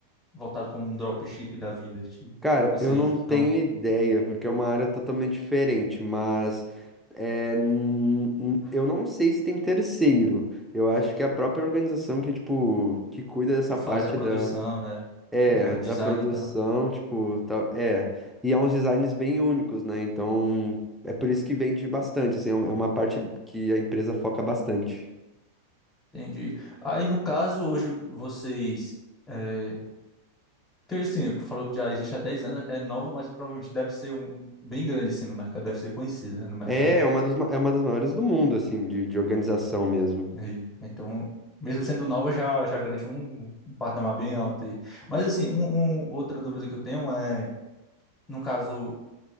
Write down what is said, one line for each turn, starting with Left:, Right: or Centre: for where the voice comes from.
Left: voltado como um dropship da vida? Tipo,
Centre: Cara,
Left: vocês
Centre: eu não tenho
Left: não
Centre: ideia, porque é uma área totalmente diferente, mas é, n- n- eu não sei se tem terceiro. Eu acho que é a própria organização que, tipo, que cuida dessa
Left: que faz
Centre: parte
Left: a produção,
Centre: da,
Left: né?
Centre: é,
Left: A design
Centre: da produção,
Left: e tal.
Centre: tipo, tal, é. E é uns designs bem únicos, né? Então, é por isso que vende bastante, assim, é uma é uma parte que a empresa foca bastante.
Left: Entendi. Aí, no caso, hoje vocês. É, porque assim, tu falou que já existe há 10 anos, é novo, mas provavelmente deve ser um bem grande assim no mercado, deve ser conhecido, né, no mercado.
Centre: É, é uma das, ma- é uma das maiores do mundo, assim, de, de organização mesmo.
Left: Aí, então, mesmo sendo nova, já, já garante um, um patamar bem alto aí. Mas assim, um, um- outra dúvida que eu tenho é, no caso,